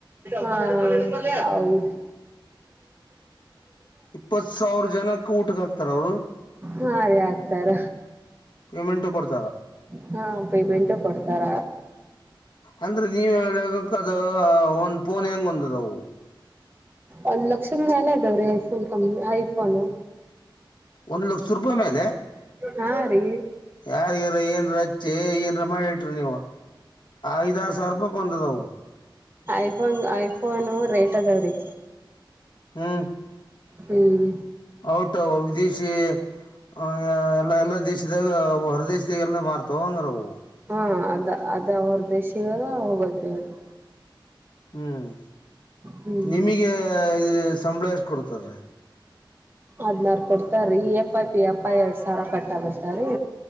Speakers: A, on the right; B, on the left.
A: ಹಾ ಹೌದ್ರೀ.
B: ಇಪ್ಪತ್ ಸಾವಿರ ಜನಕ್ಕ ಊಟಕ್ಕೆ ಹಾಕ್ತಾರ ಅವರು.
A: ಹಾ ರೀ ಆಗ್ತಾರ
B: ಪೇಮೆಂಟ್ ಕೊಡ್
A: ಹಾ ಪೇಮೆಂಟು ಕೊಡ್ತಾರ.
B: ಅಂದ್ರೆ ನೀವ ಹೇಳೋ ಲೆಕಕ್ಕ ಅದ ಒಂದ್ ಫೋನ್ ಹೆಂಗ ಒಂದದವು.
A: ಒಂದ್ ಲಕ್ಷದ ಮೇಲೆ ಇದಾವ್ರಿ ಐಫೋನು ಕಂ ಐಫೋನು.
B: ಒಂದು ಲಕ್ಷ ರೂಪಾಯಿ ಮೇಲೆ
A: ಹಾ ರೀ
B: ಯಾರಗಾರ ಏನ್ <unintelligible> ಏ ಹಚ್ಚಿ ಏನ್ರ ಮಾಡಿಟ್ರ ನೀವು ಐದಾರ ಸಾವಿರ ರೂಪಾಯಕ್ಂದದವು.
A: ಐಫೋನ್ ಐಫೋನು ರೇಟ್ ಅದಾವ್ರೀ.
B: ಹಾಂ.
A: ಹ್ಮ್.
B: ಔಟ್ ವಿದೇಶಿ. ಆ ಎಲ್ಲಾ ಎಲ್ಲಾ ದೇಶದಾಗ ಹೊರ ದೇಶದಾಗೆಲ್ಲ ಮಾರ್ತಾವ ಹಂಗ್ರವು.
A: ಹಾ ಅದ ಅದ ಹೊರ ದೇಶದದ ಹೋಗೋದ್ರಿ ಅದು.
B: ಹ್ಮ್
A: ಹ್ಮ್
B: ನಿಮಿಗೆ ಸಂಬಳ ಎಷ್ಟ ಕೊಡ್ತಾರೀ.
A: ಅದ್ನಾರು ಕೊಡ್ತಾರೀ ಇಎಸ್ಐ ಪಿಎಫ್ ಫ್ ಎರಡ್ ಸಾವಿರ ಕಟ್ ಆಗತ್ತಾರೀ.